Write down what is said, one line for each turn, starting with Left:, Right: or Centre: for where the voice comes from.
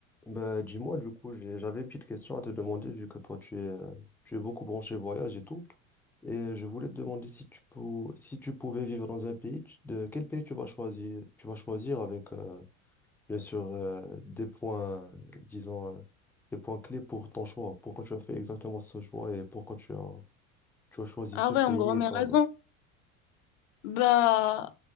Centre: Bah, dis-moi, du coup, j'ai- j'avais une petite question à te demander, vu que toi, tu es, euh, tu es beaucoup branché voyage et tout. Et euh, je voulais te demander si tu, pou- si tu pouvais vivre dans un pays, tu- de quel pays tu vas choisir? Tu vas choisir avec, euh, bien sûr, euh, des points, euh, disons, euh, des points clés pour ton choix. Pourquoi tu as fait exactement ce choix et pourquoi tu as, tu as choisi
Left: Ah
Centre: ce
Left: ouais,
Centre: pays
Left: en gros, mais
Centre: et pas
Left: raison.
Centre: un autre.
Left: Bah,